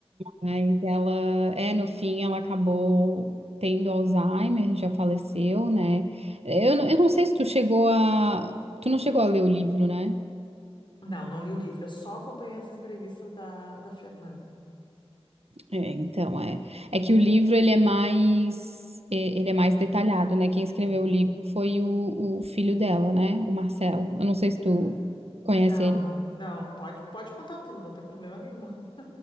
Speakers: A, on the right; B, on the left.
A: Mas ela, é, no fim, ela acabou tendo Alzheimer, já faleceu, né? Eu, não- eu não sei se tu chegou a... Tu não chegou a ler o livro, né?
B: Não, não li o livro, eu só acompanhei as entrevistas da, da Fernanda.
A: É, então, é... É que o livro, ele é mais... é- Ele é mais detalhado, né? Quem escreveu
B: Sim.
A: o livro foi o, o filho dela, né? O Marcelo. Eu não sei se tu
B: Ah.
A: conhece
B: Não,
A: ele.
B: não, não. Pode, pode contar tudo, não tem problema nenhum. <laughs>